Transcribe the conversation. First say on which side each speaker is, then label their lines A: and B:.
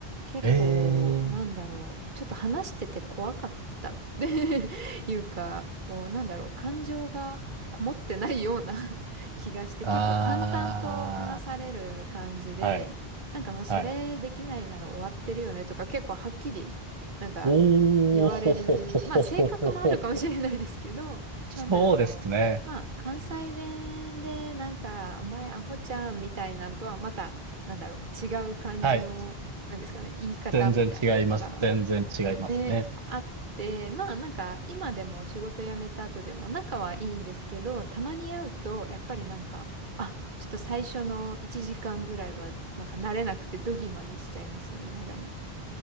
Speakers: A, on the right; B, on the right.
A: 結構、
B: ええー、
A: なんだろう、ちょっと話してて怖かったって <laughs> いうか、こう、なんだろう、感情がこもってないような <laughs> 気がして、結構淡々と話される感じで、
B: ああ、はい、
A: なんかもうそれできないなら終わってるよねとか結構はっきりなんか
B: はい。おーほほほほほほほほ。
A: 言われる、まあ性格もあるかもしれないですけど、
B: そうですね。
A: なんだろう。まあ関西弁でなんか、お前アホちゃんみたいなんとはまた、なんだろう、違う感じの、
B: はい。
A: なんですかね、言い方みたいなのが、
B: 全然違います。全然違いますね。
A: ね、あって、まあなんか今でも仕事辞めた後でも仲はいいんですけど、たまに会うと、やっぱりなんか、あ、ちょっと最初の1時間ぐらいは、なんか慣れなくてドギマギしちゃいますね、未だに。